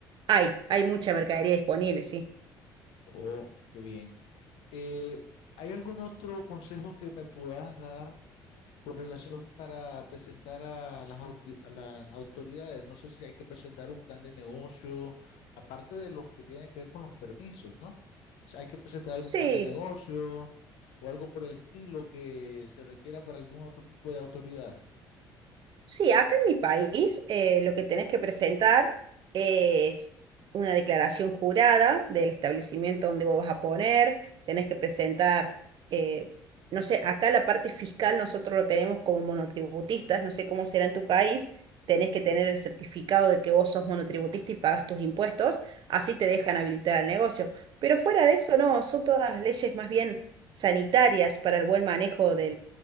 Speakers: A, on the right; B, on the left.
A: hay, hay mucha mercadería disponible, sí.
B: Oh, qué bien. Eh, ¿hay algún otro consejo que me puedas dar? con relación para presentar a las, au- a las autoridades. No sé si hay que presentar un plan de negocio, aparte de lo que tiene que ver con los permisos, ¿no? O sea, hay que presentar algún
A: Sí.
B: plan de negocio o algo por el estilo que se requiera para algún otro tipo de autoridad.
A: Sí, acá en mi país eh, lo que tenés que presentar es una declaración jurada del establecimiento donde vos vas a poner, tenés que presentar, eh, no sé, acá la parte fiscal nosotros lo tenemos como monotributistas, no sé cómo será en tu país, tenés que tener el certificado de que vos sos monotributista y pagas tus impuestos, así te dejan habilitar al negocio. Pero fuera de eso, no, son todas leyes más bien sanitarias para el buen manejo